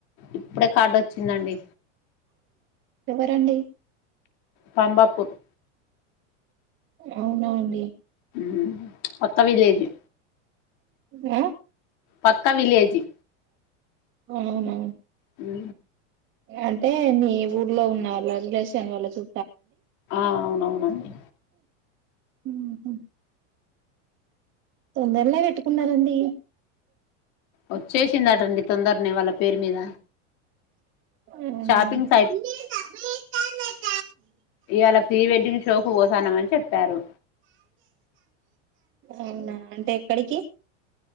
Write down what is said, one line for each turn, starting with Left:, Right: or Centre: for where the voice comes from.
Left: ఇప్పుడే కార్డు వచ్చిందండి
Right: ఎవరండి
Left: పంబపూర్
Right: అవునా అండి
Left: హు అత్త వీడియో ఇది
Right: హా
Left: పక్క విలేజీ
Right: అవునా
Left: హు
Right: అంటే నీ ఊర్లో ఉన్న లగ్లేషన్ వాళ్ల చు
Left: ఆ అవునువునుండి
Right: హు హు తొందరనే పెట్టుకున్నారండి
Left: వచ్చేసిందటండి తొందరనే వాళ్ల పేరు మీద
Right: అవున
Left: షాపింగ్స్ ఇయల్లా ప్రీ వెడ్డింగ్ షోకు పోతనమని చెప్పారు
Right: అవునా అంటే ఎక్కడికి